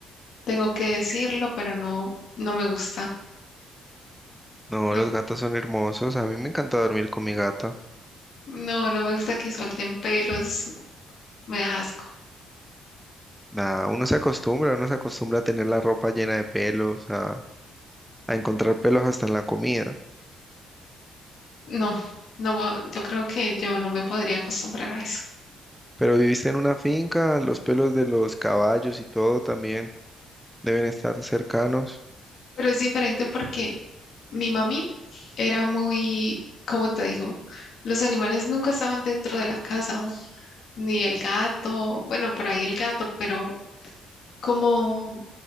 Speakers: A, on the left; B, in the centre.
A: tengo que decirlo, pero no, no me gusta.
B: No,
A: No,
B: los gatos son hermosos. A mí me encanta dormir con mi gato.
A: no, no me gusta que suelten pelos, me da asco.
B: Nada, uno se acostumbra, uno se acostumbra a tener la ropa llena de pelos, a, a encontrar pelos hasta en la comida.
A: No, no, yo creo que yo no me podría acostumbrar a eso.
B: Pero viviste en una finca, los pelos de los caballos y todo también deben estar cercanos.
A: Pero es diferente porque Mi mami era muy, ¿cómo te digo? Los animales nunca estaban dentro de la casa, ni el gato, bueno, por ahí el gato, pero como